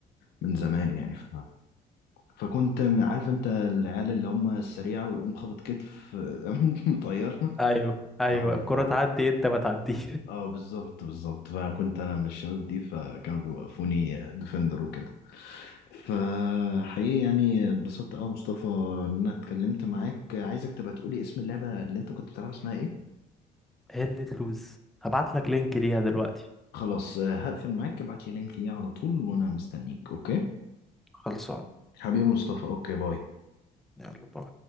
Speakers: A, on the left (about 70°); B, in the centre.
A: من زمان يعني ف فكنت عارف انت العيال اللي هم السريعه ويقوم خبط كتف <laughs> مطير
B: أيوه أيوه
A: اه بالظبط
B: الكرة تعدي أنت ما تعديش
A: اه بالظبط بالظبط فكنت انا من الشباب دي فكانوا بيوقفوني ديفندر وكده فحقيقي يعني اتبسطت قوي مصطفى ان انا اتكلمت معاك عايزك تبقى تقولي اسم اللعبه اللي انت كنت بتلعب اسمها ايه
B: هي اللي تلوز هبعت لك لينك ليها دلوقتي
A: خلاص آه، هقفل معاك ابعت لي لينك ليه على طول وانا مستنيك اوكي
B: خلصان
A: حبيبي مصطفى اوكي باي
B: يلا باي